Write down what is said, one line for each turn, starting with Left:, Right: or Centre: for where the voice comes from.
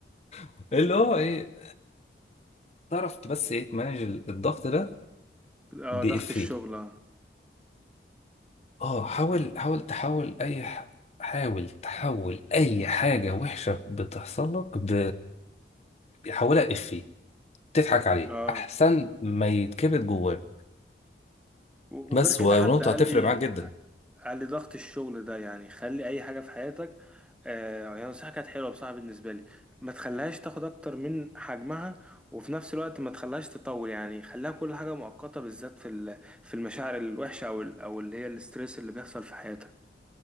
Left: <laughs> اللي هو ايه تعرف بس ايه تمانج الضغط ده
Centre: اه
Left: بإفيه
Centre: ضغط الشغل اه
Left: اه حاول
Centre: ف-
Left: حاول تحول اي ح... حاول تحول اي حاجة وحشة بتحصل لك ب... بيحولها إفيه تضحك عليه
Centre: اه
Left: احسن ما يتكبت جواه
Centre: وغير
Left: بس
Centre: كده
Left: ونقطة
Centre: حد قال
Left: هتفرق
Centre: لي
Left: معاك جدا
Centre: قال لي ضغط الشغل ده يعني خلي اي حاجه في حياتك آه يعني نصيحه كانت حلوه بصراحه بالنسبه لي ما تخليهاش تاخد اكتر من حجمها وفي نفس الوقت ما تخليهاش تطول يعني خليها كل حاجه مؤقته بالذات في ال- في المشاعر الوحشه او ال- او اللي هي الاستريس اللي بيحصل في حياتك